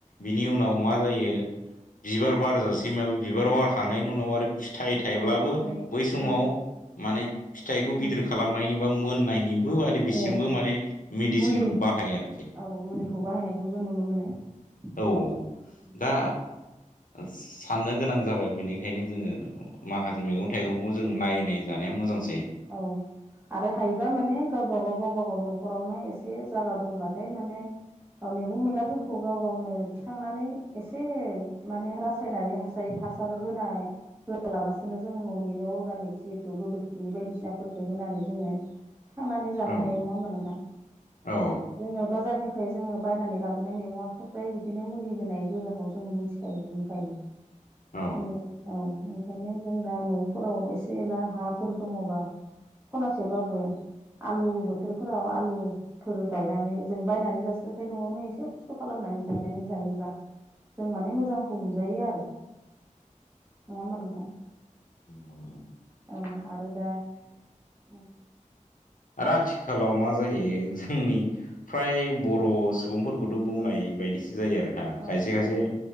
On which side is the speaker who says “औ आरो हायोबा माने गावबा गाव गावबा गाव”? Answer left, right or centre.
Right